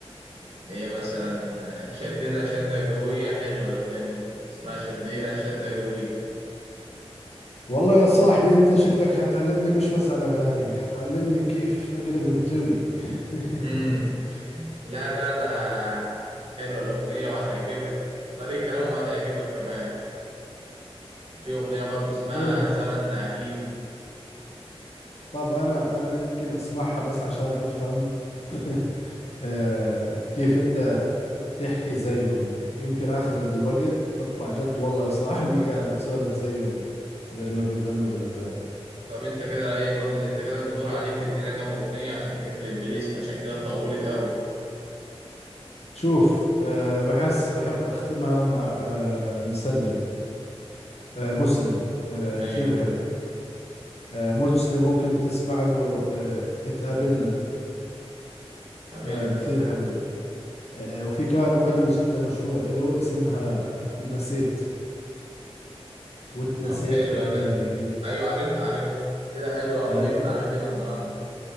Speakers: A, on the right; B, on the left.
A: اللي هي مثلا شدنا شدة قوية حلوة الأغنية دي اسمها شدينا شدة قوية
B: والله يا صاحبي أنت شكلك حتعلمني مش بس على أغاني حتعلمني كيف أقلب بدوي <laughs>
A: مم. لا لا أنا حلوة الأغنية وهتعجبك وطريقة كلامهم هتعجبك كمان وفي أغنية برضو اسمها
B: حلو
A: زمن عجيب
B: طب أنا أنا يمكن أسمعها بس عشان أفهم <laughs> آه كيف أنت تحكي زيهم يمكن آخر الوقت تطلع جد والله يا صاحبي <laughs> قاعد بتسولف زيهم زي ما بيغنوا بالأغاني
A: طب أنت كده إيه فضل أنت كده الدور عليك تدينا كام أغنية عشان نقفل البلاي ليست عشان كده طولت قوي
B: شوف أه بحس بحب أختمها مع أه مسلم أه مسلم أه كثير
A: أيوة
B: حلو أه مسلم ممكن تسمع له أه اتقابلنا
A: قابلنا
B: أه كثير حلوة أه وفي كان أغنية جدا مشهورة إله اسمها اتنسيت واتنسيت
A: طب حلوة
B: كأني
A: ده
B: ما جيت
A: أيوة عارفها عارفها كده حلو أوي
B: أيوة
A: نقفل على كده النهاردة